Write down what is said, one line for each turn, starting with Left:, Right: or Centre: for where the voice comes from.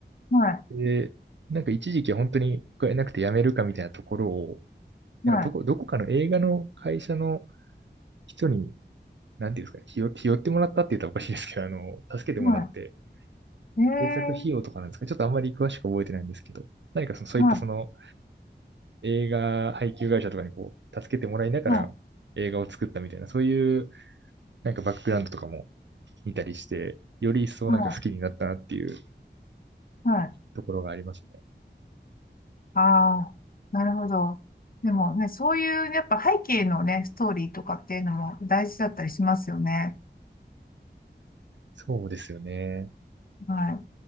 Left: い、はい、
Right: で、なんか一時期は本当にお金なくて辞めるかみたいなところを、なんかどこ、
Left: はい、
Right: どこかの映画の会社の人に、なんていうんですか、ひよ、ひよってもらったって言ったらおかしいですけど、あの、助けてもらって、
Left: はい。
Right: 制作費用とかなんですか、
Left: ええ
Right: ちょっとあんまり詳しく覚えてないんですけど、何かその、そういったその
Left: はい、
Right: 映画配給会社とかにこう、助けてもらいながら映画を作ったみたいな、
Left: は
Right: そういうなんかバックグラウンドとかも見たりして、より一層なんか好きになったなっていう
Left: い、はい、はい。
Right: ところがありますね。
Left: ああ、なるほど。でもね、そういう、やっぱ背景のね、ストーリーとかっていうのも大事だったりしますよね。
Right: そうですよね。
Left: はい。